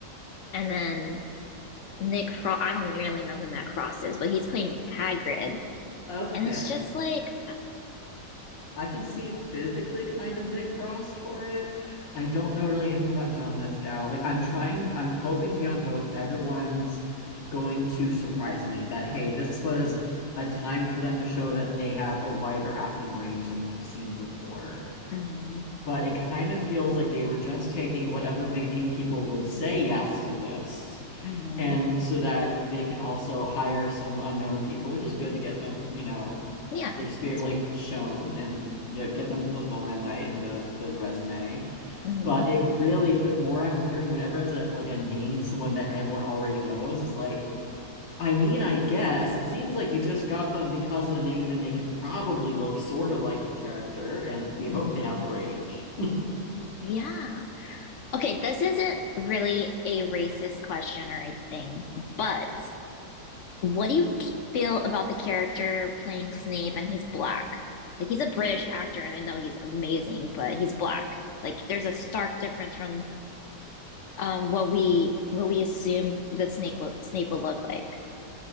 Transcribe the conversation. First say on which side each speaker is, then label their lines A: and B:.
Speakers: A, on the left (about 65°); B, on the left (about 85°).
A: and then Nick Frost. I don't really know who Nick Frost is, but he's playing Hagrid,
B: Okay.
A: and it's just like
B: I can see physically kind of Nick Frost for it. I don't know really anything about John Lithgow. Like
A: <sighs>
B: I'm trying, I'm hoping beyond hope everyone's going to surprise me that hey, this was a time for them to show that they have a wider acting range than we've seen before.
A: hmm
B: But it kind of feels like they were just taking whatever big name people would say yes to this.
A: hmm
B: And so that they can also hire some unknown people, which is good to get them, you know,
A: Yeah.
B: experience
A: It's,
B: like shown and you know, get them the, the limelight and the the resume.
A: hmm
B: But it really the more I'm hearing whenever it's a like a name someone that everyone already knows is like I mean, I guess it seems like you just got them because of the name, and they can probably look sort of like the character, and we
A: hmm
B: hope they have the range. <laughs>
A: Yeah. Okay, this isn't really a racist question or anything, but What do you k- feel about the character playing Snape and he's black? Like he's a British actor and I know he's amazing, but he's black. Like there's a stark difference from um what we what we assume that Snape will Snape will look like.